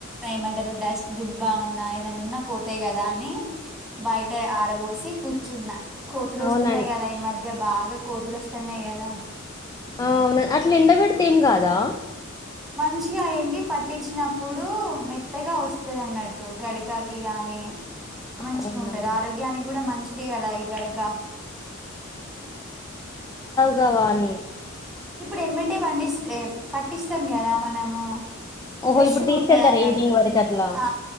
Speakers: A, in the centre; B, on the left (about 15°).
A: ఏమంటే డస్ట్ దుబ్బా ఉన్నా ఏదైనా ఉన్నా పోతాయి కదా అని బయట ఆరబోసి కూర్చున్నా కోతులు వస్తున్నాయి
B: అవునండి
A: కదా ఈ మధ్య బాగా కోతులు వస్తున్నాయి కదా
B: ఆ అవును అట్లా ఎండబడితే ఏం కాదా?
A: మంచిగా ఎండి పట్టించిన ప్ ప్పుడు మెత్తగా వస్తది అన్నట్టు గడకాకి గాని మంచిగా
B: అవునండి
A: ఉంటది ఆరోగ్యానికి కూడా మంచిది కదా ఈ గడక
B: ఘవాణి
A: ఇప్పుడు ఎంబటే పండిస్త్ ఎ పట్టిస్తాం కదా మనము
B: ఓహో
A: ఫ్రెషుగుంటాయి
B: ఇప్పుడు తీసుకెళ్తారు
A: అన్నట్టు
B: ఈవినింగ్ వరకు అట్లా
A: ఆ